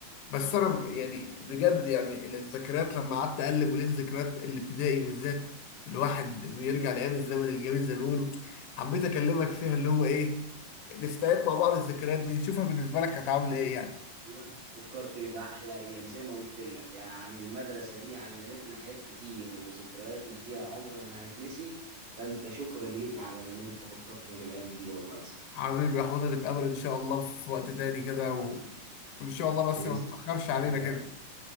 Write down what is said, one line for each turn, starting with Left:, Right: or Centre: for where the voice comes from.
Left: بس انا ب- يعني بجد يعني الذكريات لما قعدت اقلب ولقيت ذكريات الابتدائي بالذات الواحد بيرجع لايام الزمن الجميل زي ما بيقولوا حبيت اكلمك فيها اللي هو ايه نستعيد مع بعض الذكريات دي نشوفها بالنسبه لك كانت عامله ايه يعني
Right: والله فكرتني بأحلى أيام زي ما قلت لك يعني المدرسة دي علمتنا حاجات كتير وذكرياتنا فيها عمرنا ما هيتنسي فأنت شكرا ليك على إن أنت فكرتني بالأيام دي والله يا صاحبي
Left: حبيبي يا حوض نتقابل ان شاء الله في وقت تاني كده و... وان شاء الله بس
Right: بإذن
Left: ما تتاخرش
Right: الله
Left: علينا كده